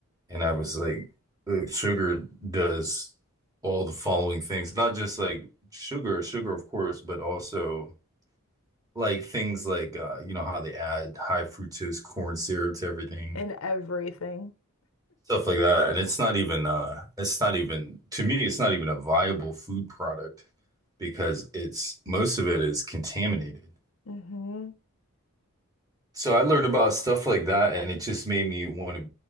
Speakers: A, on the right; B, on the left.
A: And I was like, uh, sugar does all the following things, not just like sugar, sugar, of course, but also like things like, uh, you know, how they add high fructose corn syrup to everything,
B: in everything.
A: stuff like that. And it's not even, uh, it's not even, to me, it's not even a viable food product because it's, most of it is contaminated.
B: Mm-hmm.
A: So I learned about stuff like that and it just made me want to